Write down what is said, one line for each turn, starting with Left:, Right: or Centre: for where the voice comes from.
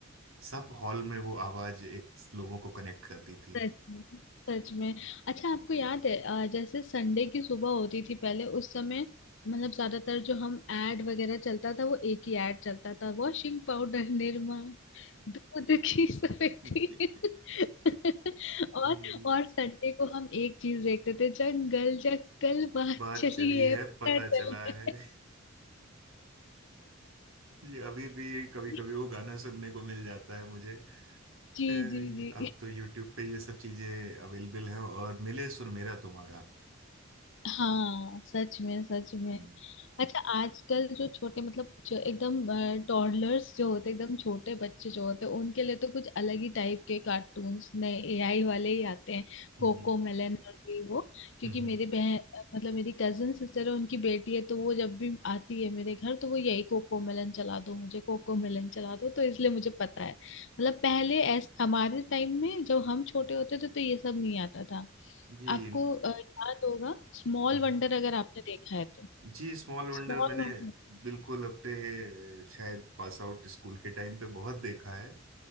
Right: सब हॉल में वो आवाज एक लोगों को कनेक्ट करती थी
Left: सच में सच में अच्छा आपको याद है अ, जैसे संडे की सुबह होती थी पहले उस समय मतलब ज्यादातर जो हम एड वगैरह चलता था वो एक ही एड चलता था वॉशिंग पाउडर निरमा दूध की सफेदी
Right: <laughs>
Left: <laughs> और
Right: ये
Left: और संडे को हम एक चीज देखते थे जंगल जंगल बात
Right: बात
Left: चलिए
Right: चली है
Left: पता
Right: पता चला
Left: चले
Right: है <laughs> जी अभी भी कभी
Left: <laughs>
Right: कभी वो गाना सुनने को मिल जाता है मुझे अ,
Left: जी
Right: ये-
Left: जी जी
Right: अब तो YouTube पे ये सब चीजें अवेलेबल हैं और मिले सुर मेरा तुम्हारा
Left: हाँ सच में सच में
Right: हम्म,
Left: अच्छा आजकल जो छोटे मतलब जो एकदम टॉडलर्स जो होते एकदम छोटे बच्चे जो होते उनके लिए तो कुछ अलग ही टाइप के कार्टून्स नए एआई वाले ही आते हैं कोको
Right: हम्म,
Left: मेलन और ये वो क्योंकि
Right: हम्म,
Left: मेरी बहन मतलब मेरी कजन सिस्टर है उनकी बेटी है तो वो जब भी आती है मेरे घर तो वो यही कोको मेलन चला दो मुझे कोको मेलन चला दो तो इसलिए मुझे पता है मतलब पहले ऐस, हमारे टाइम में जब हम छोटे होते थे तो ये सब नहीं आता था
Right: जी
Left: आपको अ, याद होगा स्मॉल
Right: हम्म,
Left: वंडर अगर आपने देखा है तो
Right: जी स्मॉल वंडर
Left: स्मॉल
Right: मैंने
Left: वंडर
Right: बिल्कुल अपने शायद पास आउट स्कूल के टाइम पे बहुत देखा है